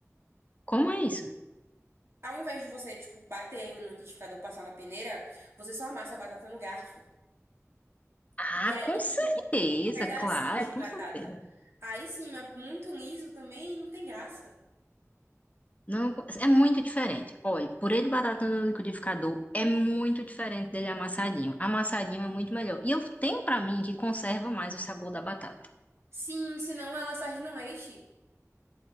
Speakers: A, on the left; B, on the right.
A: Como é isso?
B: Ao invés de você, tipo, bater no liquidificador, passar na peneira, você só amassa a batata no garfo.
A: Ah,
B: E aí
A: com certeza,
B: fica com pedacinhos
A: claro,
B: de
A: com
B: batata.
A: certeza.
B: Aí sim, mas muito liso também não tem graça.
A: Não, é muito diferente. Olha, purê de batata no liquidificador é muito diferente dele amassadinho. Amassadinho é muito melhor. E eu tenho pra mim que conserva mais o sabor da batata.
B: Sim, senão elas perdem no leite.